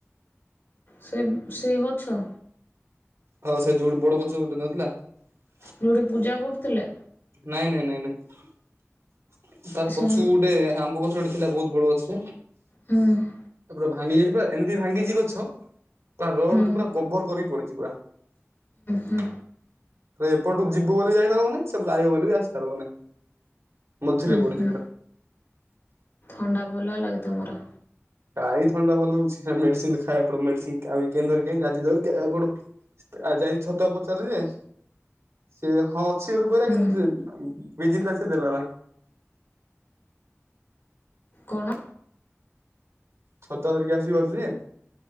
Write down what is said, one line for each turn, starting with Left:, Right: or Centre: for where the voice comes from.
Left: ସେ ସେଇ ଗଛ।
Right: ହଁ ସେ ଯୋଉଠୁ ବଡ ଗଛ ଗୋଟେ ନଥିଲା ।
Left: ଯୋଉଠି ପୂଜା କରୁଥିଲେ।
Right: ନାଇଁ ନାଇଁ ନାଇଁ ନାଇଁ ତାର
Left: ସେ
Right: ପଛୁକୁ
Left: ହୁଁ
Right: ଗୋଟେ ଆମ୍ବ ଗଛ ଗୋଟେ । ପିଲା ବହୁତ ବଡ ଅଛି।
Left: ହୁଁ ।
Right: ପୁରା ଭାଙ୍ଗି ଯାଇଛି ପୁରା ଏମିତି ଭାଙ୍ଗିଛି ଗଛ ପୁରା ରୋଡ
Left: ଉଁ
Right: କୁ ପୁରା କଭର କରି ପୁଡ଼ିଯିବ ।
Left: ହୁଁ
Right: ଧର ଏପଟୁ ଯିବୁ ବୋଲି ଯାଇ ପାରିବନି ସେପଟେ ଆଇିବ ବୋଲି ବି ଆସି ପାରିବନି। ମଝିରେ
Left: ଉଁ
Right: ପଡୁଛି
Left: ହୁଁ
Right: ପୁରା।
Left: ଥଣ୍ଡା ଭଲ ହେଲା କି ତମର?
Right: କାଇ ଥଣ୍ଡା ଭଲ ହଉଛି ମେଡିସିନ ତ ଖାଇବାକୁ ପଡିବ। ମେଡିସିନ କାଲି କେନ ଧରି କି ଆଇଚି ଅଜୀ ଧରିକି ଆଇବାକୁ ପଡିବ। ଆଜି ଯାଇକି ଛତୁଆ ପଚାରିଲି ଯେ । ସେ ହଁ ଅଛି ବୋଲି କହିଲା
Left: ହୁଁ
Right: କିନ୍ତୁ ସେ ବିଜି ଥିଲା ସେ ଦେଲା ନାଇଁ।
Left: କଣ?
Right: ଛତା ଧରିକି ଆସିି ପାରୁଚି?